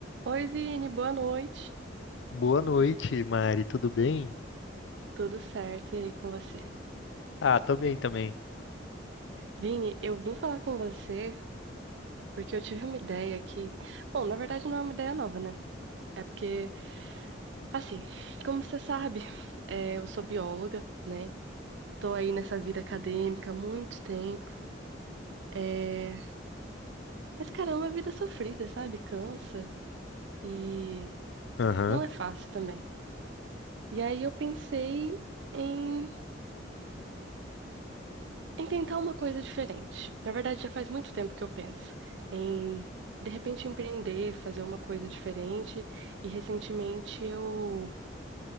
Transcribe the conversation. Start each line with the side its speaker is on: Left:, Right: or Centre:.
Right: Oi, Vini, boa noite.
Left: Boa noite, Mari. Tudo bem?
Right: Tudo certo, e aí com você?
Left: Ah, tô bem também.
Right: Vini, eu vim falar com você porque eu tive uma ideia que, bom, na verdade não é uma ideia nova, né? É porque, assim, como você sabe, é, eu sou bióloga, né? Tô aí nessa vida acadêmica há muito tempo. É... Mas, cara, é uma vida sofrida, sabe? Cansa e
Left: Aham.
Right: não é fácil também. E aí eu pensei em em tentar uma coisa diferente. Na verdade, já faz muito tempo que eu penso em, de repente, empreender, fazer uma coisa diferente. E recentemente eu,